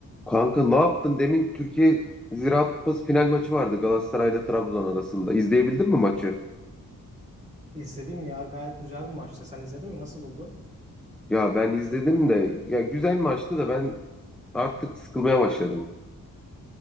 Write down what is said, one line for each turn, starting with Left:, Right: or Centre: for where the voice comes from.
Centre: Kanka ne yaptın? Demin Türkiye Ziraat Kupası final maçı vardı Galatasaray ile Trabzon arasında. İzleyebildin mi maçı?
Right: İzledim ya gayet güzel bir maçtı. Sen izledin mi? Nasıl buldun?
Centre: Ya ben izledim de ya güzel maçtı da ben artık sıkılmaya başladım.